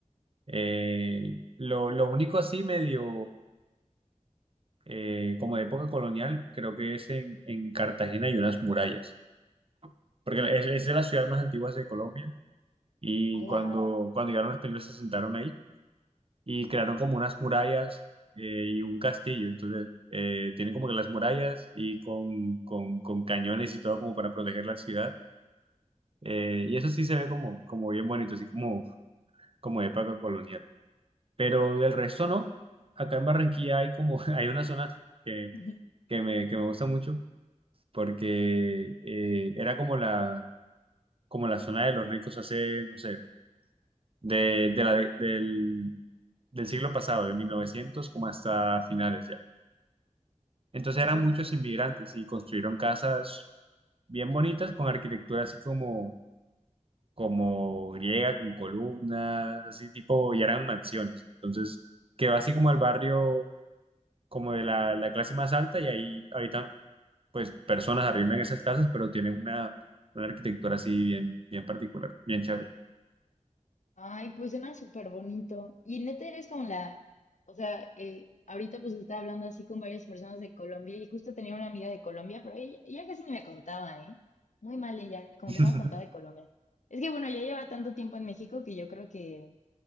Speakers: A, on the right; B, on the left.
A: Eh, lo, lo único así medio, eh, como de época colonial, creo que es en, en Cartagena hay unas murallas, porque es, es de las ciudades más antiguas de Colombia y
B: ¡Hala!
A: cuando, cuando llegaron los españoles se sentaron ahí y crearon como unas murallas eh, y un castillo. Entonces, eh, tienen como que las murallas y con, con, con cañones y todo como para proteger la ciudad. Eh, y eso sí se ve como, como bien bonito, así como, como de época colonial. Pero del resto no. Acá en Barranquilla hay como, <laughs> hay una zona que,
B: <laughs>
A: que me, que me gusta mucho porque eh, era como la, como la zona de los ricos hace, no sé, de, de la, del, del siglo pasado, de 1900 como hasta finales. ya Entonces
B: Sí,
A: eran
B: sí.
A: muchos inmigrantes y construyeron casas bien bonitas con arquitectura así como, como griega, con columnas, así tipo, y eran mansiones. Entonces quedó así como el barrio, como de la, la clase más alta y ahí habitan pues personas arriendan esas casas, pero tienen una, una arquitectura así bien, bien particular, bien chévere.
B: Ay, pues suena súper bonito. Y neta eres como la, o sea, eh, ahorita pues estaba hablando así con varias personas de Colombia y justo tenía una amiga de Colombia, pero ella, ella casi ni me contaba, ¿eh? Muy mal ella, como
A: <laughs>
B: que no me contaba de Colombia. Es que bueno, ya lleva tanto tiempo en México que yo creo que